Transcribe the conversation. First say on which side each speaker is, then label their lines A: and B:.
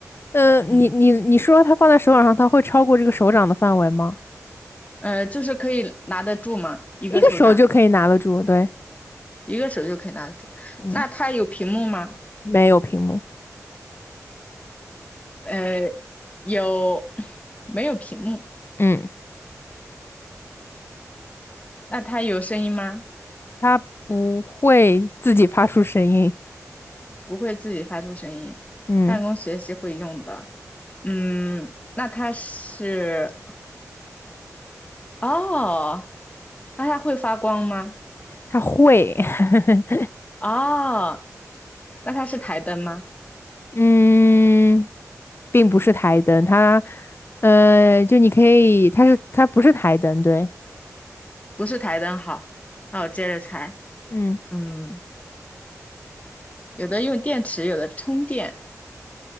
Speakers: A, on the left (about 40°); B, on the left (about 25°).
A: 呃，你你你说它放在手掌上，
B: 嗯，
A: 它会超过这个手掌的范围吗？
B: 呃，就是可以拿得住吗？一个手掌，
A: 一个手就可以拿得住，对，
B: 一个手就可以拿得住。
A: 嗯，
B: 那它有屏幕吗？
A: 没有屏幕，
B: 呃，有，没有屏幕？
A: 嗯，
B: 那它有声音吗？
A: 它不会自己发出声音，
B: 不会自己发出声音，
A: 嗯，
B: 办公学习会用的。嗯，那它是哦，那它会发光吗？
A: 它会，<laughs>
B: 哦，那它是台灯吗？
A: 嗯，并不是台灯，它，呃，就你可以，它是它不是台灯，对，
B: 不是台灯，好，那我接着猜。
A: 嗯，
B: 嗯，有的用电池，有的充电，